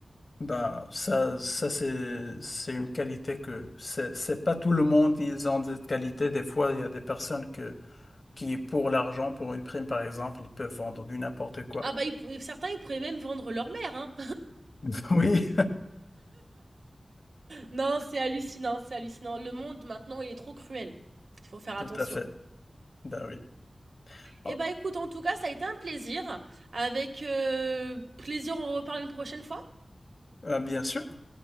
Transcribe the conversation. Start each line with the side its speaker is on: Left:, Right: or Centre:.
Left: Ben, ça, ça c'est, c'est une qualité que c'est, c'est pas tout le monde, ils ont cette qualité. Des fois, il y a des personnes que qui, est pour l'argent, pour une prime par exemple, ils peuvent vendre du n'importe quoi.
Right: Ah bah ils pou- certains ils pourraient même vendre leur mère, hein.
Left: <laughs> Oui,
Right: Non, c'est hallucinant, c'est hallucinant. Le monde maintenant, il est trop cruel. Il faut faire attention.
Left: tout à fait. Ben oui.
Right: Eh
Left: Ah,
Right: ben, écoute, en tout cas, ça a été un plaisir. Avec euh, plaisir, on reparle une prochaine fois.
Left: euh, bien sûr.